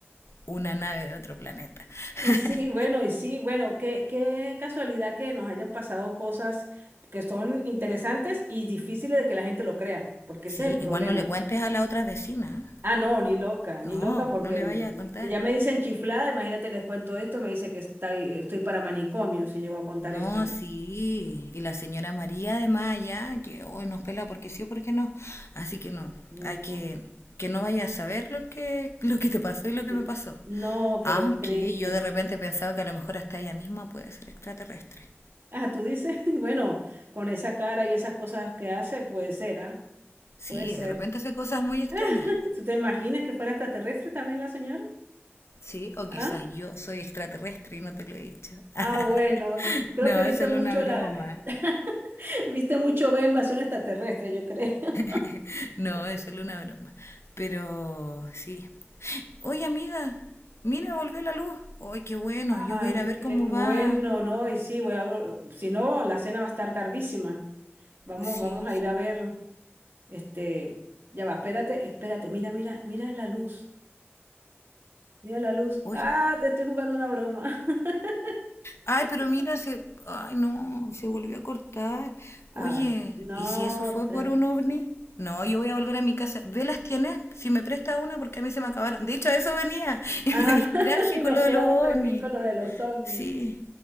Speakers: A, on the left; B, on the right.
A: una nave de otro planeta.
B: Y
A: <laughs>
B: sí, bueno, y sí, bueno, qué, qué casualidad que nos hayan pasado cosas que son interesantes y difíciles de que la gente lo crea, porque
A: Sí,
B: ese es el problema.
A: igual no le cuentes a la otra vecina. ¿eh?
B: Ah, no, ni loca, ni
A: No,
B: loca, porque
A: no le vaya a contar.
B: si ya me dicen chiflada, imagínate, les cuento esto, me dice que estoy, estoy para manicomio si llego a contar
A: No,
B: esto.
A: sí. Y la señora María de Maya que hoy nos pela porque sí o porque no. Así que no,
B: Sí,
A: hay que
B: No,
A: que no vaya a saber lo que lo que te pasó y lo que
B: L-
A: me pasó.
B: no, pero
A: Aunque
B: increíble.
A: yo de repente pensaba que a lo mejor hasta ella misma puede ser extraterrestre.
B: Ah, tú dices, <laughs> bueno, con esa cara y esas cosas que hace, puede ser, ¿ah?
A: Sí,
B: Puede ser.
A: de repente hace cosas muy extrañas.
B: <laughs> ¿Tú te imaginas que fuera extraterrestre también la señora?
A: Sí, o
B: ¿Ah?
A: quizás yo soy extraterrestre y no te lo he dicho. <laughs>
B: Ah, bueno, creo
A: No,
B: que viste
A: es solo
B: mucho
A: una broma.
B: la, la- <laughs> viste mucho ve invasión extraterrestre, yo creo. <laughs>
A: <laughs> No, es solo una broma. Pero sí. Oye, amiga, mira, volvió la luz. Ay, qué bueno,
B: Ay,
A: yo voy a ir a ver
B: qué
A: cómo
B: bueno,
A: va.
B: ¿no? Y sí, voy a, si no, la cena va a estar tardísima. Vamos,
A: Sí,
B: vamos a
A: sí.
B: ir a ver, este, ya va, espérate, espérate, mira, mira, mira la luz. Mira la luz.
A: Oye.
B: Ah, te estoy jugando una broma. <laughs>
A: Ay, pero mira, se... Ay, no, se volvió a cortar.
B: Ah,
A: Oye,
B: sí, no,
A: ¿y si eso fue
B: otra.
A: por un ovni? No, yo voy a volver a mi casa. ¿Velas tienes? Si me presta una, porque a mí se me acabaron. De hecho, a eso venía <laughs> y
B: Ah,
A: me distraje
B: <laughs> y
A: con
B: nos
A: lo de
B: quedamos
A: los ovnis.
B: aquí con lo de los ovnis.
A: Sí,